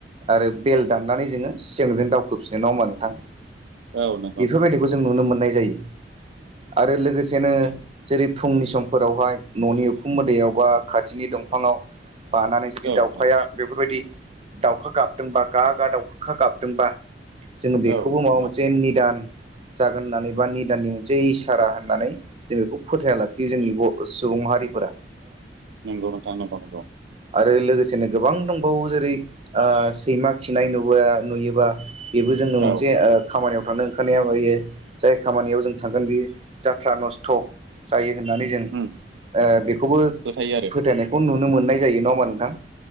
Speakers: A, on the right (about 35°); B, on the right (about 85°).
A: आरो बेल दामनानै जोङो सियांजों दावखोफिनो नङा होमबा नोंथां।
B: औ नंगौ
A: बेफोरबायदिखौ
B: नंगौ औ
A: जों नुनो मोननाय जायो आरो लोगोसेनो जेरै फुंनि समफोरावहाय न'नि उखुम मुदायावबा खाथिनि दंफाङाव बानानै जुदि दाउखाया
B: नोंथां
A: बेफोरबायदि दाउखा गाबदोंबा गा गा दाउखा गाबदोंबा जोङो बेखौबो
B: औ
A: माबा
B: नोंथां औ
A: मोनसे निदान जागोन होननानै बा निदाननि मोनसे इसारा होननानै जों बेखौ फोथायना लाखियो जोंनि ब र' सुबुं माहारिफोरा
B: नोंगौ नोंथां नोंगौ नोंगौ
A: आरो लोगोसेनो गोबां दंबावो जेरै ओ सैमा खिनाय नुबोआ नुयोबा बेबो जोंनो मोनसे
B: औ
A: ओ खामानियाव थांनो ओंखारनायावहायो जाय खामानियाव जों थांगोन बेयो जाथ्रा नस्थ' जायो। होननानै जों
B: उम
A: ओ बेखौबो
B: फोथायो आरो
A: फोथायनायखौ नुनो मोननाय जायो ना होमबा नोंथां